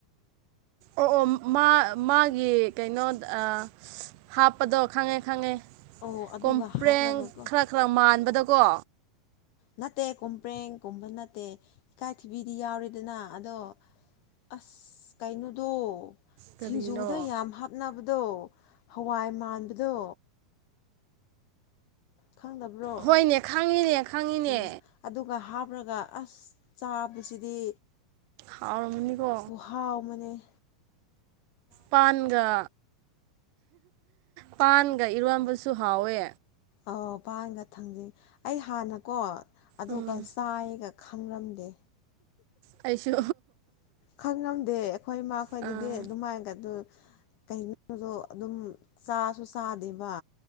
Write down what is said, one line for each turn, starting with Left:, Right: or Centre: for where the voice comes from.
Right: ꯑꯣ ꯑꯣ ꯃꯥ ꯃꯥꯒꯤ ꯀꯩꯅꯣꯗ ꯍꯥꯞ ꯀꯞꯄꯗꯣ ꯈꯪꯉꯦ ꯈꯪꯉꯦ
Left: ꯑꯧ ꯑꯗꯨꯒ
Right: ꯀꯣꯝꯄ꯭ꯂꯦꯟ
Left: ꯍꯥꯞꯔꯒꯀꯣ
Right: ꯈꯔ ꯈꯔ ꯃꯥꯟꯕꯗꯀꯣ
Left: ꯅꯠꯇꯦ ꯀꯨꯝꯄ꯭ꯔꯦꯡ ꯀꯨꯝꯕ ꯅꯠꯇꯦ ꯏꯀꯥꯏ ꯊꯤꯕꯤꯗꯤ ꯌꯥꯎꯔꯤꯗꯅ ꯑꯗꯣ ꯑꯁ ꯀꯥꯏꯩꯅꯣꯗꯣ
Right: ꯀꯔꯤꯅꯣ
Left: ꯁꯤꯡꯖꯨꯗ ꯌꯥꯝ ꯍꯥꯞꯅꯕꯗꯣ ꯍꯋꯥꯏ ꯃꯥꯟꯕꯗꯣ ꯈꯪꯗꯕ꯭ꯔꯣ
Right: ꯍꯣꯏꯅꯦ ꯈꯪꯉꯤꯅꯦ ꯈꯪꯉꯤꯅꯦ
Left: ꯎꯝ ꯑꯗꯨꯒ ꯍꯥꯞꯂꯒ ꯑꯁ ꯆꯥꯕꯁꯤꯗꯤ
Right: ꯍꯥꯎ ꯔꯝꯅꯤ ꯀꯣ
Left: ꯍꯥꯎ ꯃꯅꯦ
Right: ꯄꯥꯟꯒ ꯄꯥꯟꯒ ꯏꯔꯣꯟꯝꯕꯁꯨ ꯍꯥꯎꯋꯦ
Left: ꯑꯧ ꯄꯥꯟꯒ ꯊꯥꯡꯖꯩ ꯑꯩ ꯍꯥꯟꯅꯀꯣ ꯑꯗꯨꯒ
Right: ꯎꯝ
Left: ꯆꯥꯏꯒ ꯈꯪꯔꯝꯗꯦ
Right: ꯀꯥꯏꯁꯨ
Left: ꯈꯪꯉꯝꯗꯦ ꯑꯩꯈꯣꯏ ꯏꯃꯥꯈꯣꯏꯗꯗꯤ
Right: ꯑꯥ
Left: ꯑꯗꯨꯃꯥꯏꯅꯒ ꯑꯗꯨ ꯀꯩꯅꯣꯗꯣ ꯑꯗꯨꯝ ꯆꯥꯁꯨ ꯆꯥꯗꯦꯕ